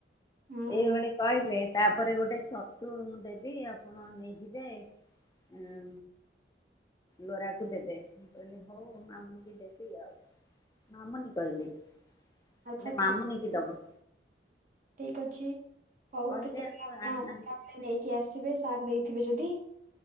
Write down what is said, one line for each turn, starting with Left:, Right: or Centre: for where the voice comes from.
Right: ହଁ ହଁ
Left: ଏଇଭଳି କହିଲେ। ତାପରେ ଗୋଟେ ଛତୁ ମୁଁ ଦେବି ଆପଣ ନେଇଯିବେ ଉଁ ଲୋରା କୁ ଦେବେ ମୁଁ କହିଲି ହଉ ମାମୁ ବି ଦେବି ଆଉ। ମାମୁନି କହିଲେ।
Right: ଆଚ୍ଛା
Left: ହେଲେ ମାମୁନି କି ଦବ।
Right: ଠିକ ଅଛି ହଉ
Left: କହିଲେ
Right: କେତେବେଳେ
Left: ଆଉ
Right: ଆପଣ
Left: ଆଣିନାହାନ୍ତି
Right: ଆସିଲା ବେଳେ ନେଇକି ଆସିବେ। ସାର ଦେଇଥିବେ ଯଦି।